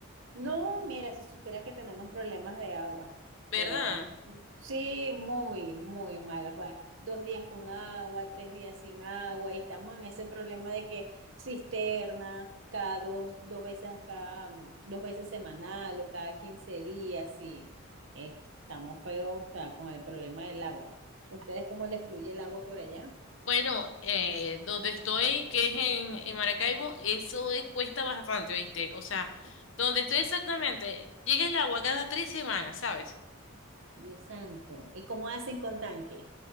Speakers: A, on the right; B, on the left.
A: No, mira, si supieras que tenemos problemas de agua,
B: ¿verdad?
A: de verdad. mu- Sí, muy, muy mal. Bueno, dos días con agua, tres días sin agua, y estamos en ese problema de que cisterna cada dos, dos veces, cada mm, dos veces semanal o cada 15 días, sí. Eh, estamos feos, o sea, con el problema del agua. ¿Ustedes cómo les fluye el agua por allá?
B: Bueno, eh, donde estoy, que es en, en Maracaibo, eso eh, cuesta bastante, ¿oíste? O sea, donde estoy exactamente, llega el agua cada tres semanas, ¿sabes?
A: Dios santo. ¿Y cómo hacen con tanque?